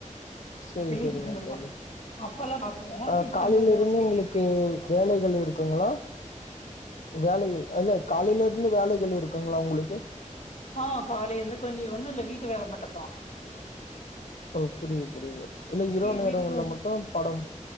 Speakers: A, on the left (about 80°); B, on the left (about 60°).
A: சரி
B: பேய்
A: சரிங்க
B: படோ
A: தோழி
B: பா அப்பல்லா பாக்குவோ
A: அ
B: இப்ப
A: காலைல
B: ரொம்ப மோஸ்ட்லி
A: இருந்து உங்களுக்கு
B: பேய் படோ பாக்கறதில்ல
A: வேலைகள் இருக்குங்களா வேலைகள் இல்ல காலையில இருந்து வேலைகள் இருக்குங்களா உங்களுக்கு
B: ஆஹ் காலைல இருந்து கொஞ்ச ஒன்னு இல்ல வீட்டு வேல மட்டு்தா
A: ஓ புரியிது புரியுது இல்ல இரவு நேரங்கள்ல
B: வீட்ல
A: மட்டு பட